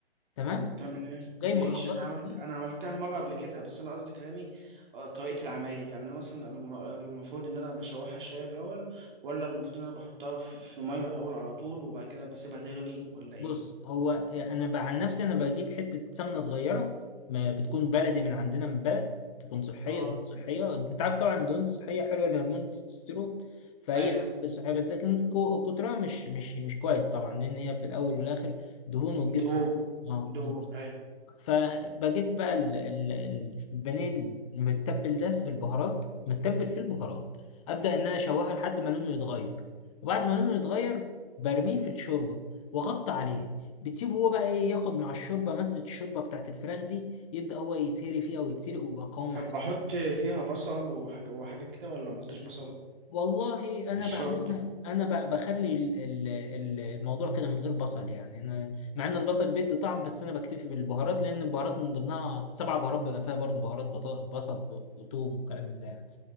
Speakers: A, on the left (about 30°); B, on the right (about 55°).
A: تمام
B: تمام ماشي
A: جاي مخلطها
B: انا عملت
A: فيه
B: انا عملتها مره قبل كده بس انا قصدي كلامي آه، طريقه العمايل يعني انا مثلا الم- المفروض ان انا بشوحها شويه الاول ولا المفروض ان انا بحطها في في ميه الاول على طول وبعد كده بسيبها تغلي ولا ايه
A: بص هو انا بقى عن نفسي انا بجيب حته سمنه صغيره ما بتكون بلدي من عندنا من بلد تكون صحيه
B: اه
A: دهون صحيه انت عارف طبعا الدهون الصحيه حلوه لهرمون التستوستيرون فهي
B: ايوه
A: حاجة صحيه بس لكن كو- كترها مش مش مش كويس طبعا لان هي في الاول والاخر دهون والجسم
B: دهون
A: اه
B: دهون
A: بالظبط
B: ايوه
A: فبجيب بقى ال- ال- ال- البانيه المتبل ده في البهارات متبل في البهارات ابدا ان انا اشوحه لحد ما لونه يتغير وبعد ما لونه يتغير برميه في الشوربه واغطي عليه بتسيبه هو بقى ايه ياخد مع الشوربه مزه الشوربه بتاعت الفراخ دي يبدا هو يتهري فيها ويتسلق ويبقى قوامه
B: طب بحط فيها بصل وحاجه وحاجات كده ولا ما احطش بصل
A: والله انا
B: في الشرب
A: بعملها انا ب- بخلي ال- ال- ال- الموضوع كده من غير بصل يعني انا مع ان البصل بيدي طعم بس انا بكتفي بالبهارات لان البهارات من ضمنها سبع بهارات بيبقى فيها برضو بهارات بط- بصل وثوم وكلام من ده يعني